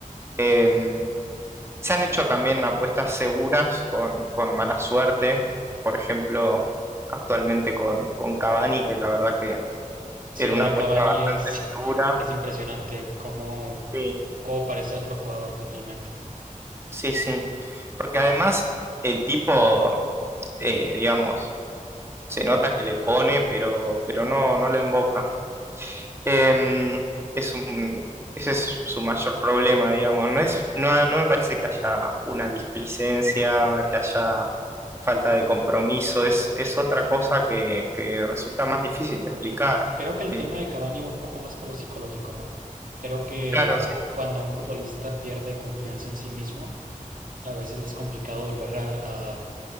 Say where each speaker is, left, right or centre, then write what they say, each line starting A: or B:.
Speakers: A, on the right; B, on the right.
A: Em, se han hecho también apuestas seguras con, con mala suerte. Por ejemplo, actualmente con, con Cavani, que la verdad que
B: Sí,
A: era
B: lo
A: una
B: de
A: apuesta
B: Cavani
A: bastante
B: es,
A: segura.
B: es impresionante, cómo,
A: Sí.
B: cómo parece otro jugador totalmente.
A: Sí, sí. Porque además el tipo, eh, digamos, se nota que le pone, pero, pero no, no le emboca. Em, es un, ese es su mayor problema, digamos. No es, no, no me parece que haya una displicencia, que haya falta de compromiso. Es, es otra cosa que, que resulta más difícil de explicar.
B: Creo que el
A: Eh,
B: tema de Cavani va un poco más por lo psicológico, ¿no? Creo que
A: claro, sí.
B: cuando un futbolista pierde confianza en sí mismo, a veces es complicado volver a, a-